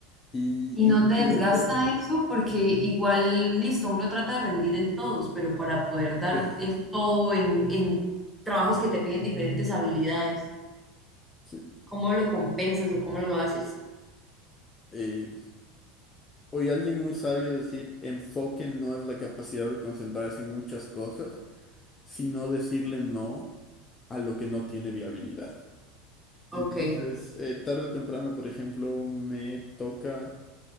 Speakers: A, on the left; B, in the centre.
A: Y,
B: Y no
A: y
B: te desgasta
A: lo- lo-
B: eso porque igual, listo, uno trata de rendir en todos, pero para poder dar
A: claro,
B: el todo en, en trabajos que te piden diferentes habilidades,
A: sí.
B: ¿cómo lo compensas o cómo lo haces?
A: Eh, oí a alguien muy sabio decir, enfoque no es la capacidad de concentrarse en muchas cosas, sino decirle no a lo que no tiene viabilidad.
B: Ok,
A: Entonces, eh, tarde o temprano, por ejemplo, me toca